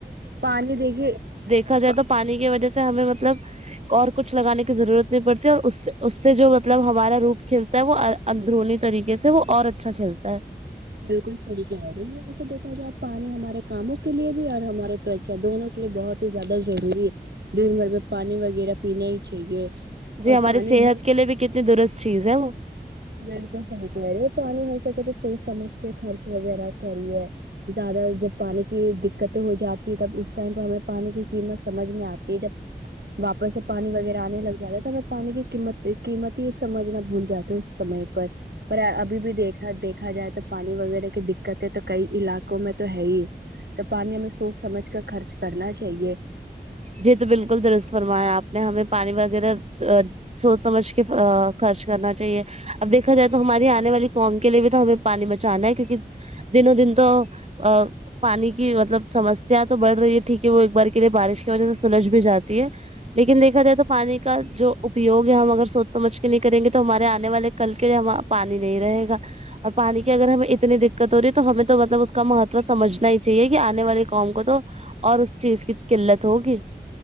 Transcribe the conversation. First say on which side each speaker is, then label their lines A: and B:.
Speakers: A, on the right; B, on the right.
A: پانی دیکھیے
B: کھا جائے
A: پ-
B: تو پانی کی وجہ سے ہمیں مطلب اور کچھ لگانے کی ضرورت نہیں پڑتی اور اس اس سے جو مطلب ہمارا روپ کھیل وہ اندرونی طریقے سے وہ اور اچھا کھیلتا ہے
A: بالکل صحیح کہری ایسے دیکھا جائے پانی ہمارے کاموں کے لیے بھی اور ہمارے تو اچھا دونوں کے لیے بہت ہی زیادہ ضروری ہے دن بھر میں پانی وغیرہ پینے ہی چاہیے
B: جی
A: اور
B: ہماری
A: پانی
B: صحت
A: ہو
B: کے لیے بھی کتنی درست چیز ہے وہ
A: بالکل صحی کہ لہ رہی وہ پانی ہو سکے تو سوچ سمجھ کے خرچ وغیرہ کریے زیادہ جب پانی کی دقتیں ہو جاتی ہے تب اس ٹائم پہ ہمیں پانی کی قیمت سمجھ میں آتی ہے جب ھم واپس میں پانی وغیرہ آنے لگ جاتا ہے تو میں پانی کییمت قیمت ہی سمجھنا بھول جاتی سمے پر پر ابھی بھی دیکھا دیکھا جائے تو پانی وغیرہ کی دقتیں تو کئی علاقوں میں تو ہے ہی تو پانی ہمیں سوچ سمجھ کر خرچ کرنا چاہیے
B: جی تو بالکل درست فرمایا آپ نے ہمیں پانی وغیرہ ا سوچ سمجھ کے خرچ کرنا چاہیے اب دیکھا جائے تو ہماری آنے والی قوم کے لیے بھی تو ہمیں پانی بچانا ہے کیونکہ دنوں دن تو ا پانی کی مطلب سمسیا تو بڑھ رہی ہے ٹھیک ہے وہ ایک بار کے لیے بارش وجہ سے سلج بھی جاتی ہے لیکن دیکھا جائے تو پانی کا جو اپیوگ ہے ہم اگر سوچ سمجھ کے نہیں کریں گے تو ہمارے آنے والے کل کے لیے ہم پانی نہیں رہے گا اور پانی کی اگر ہمیں اتنی د کتوری ہے تو ہمیں تو مطلب اس کا مہتو سمجھنا ہی چاہیے کہ آنے والے قوم کو تو اور اس چیز کی قلت ہوگی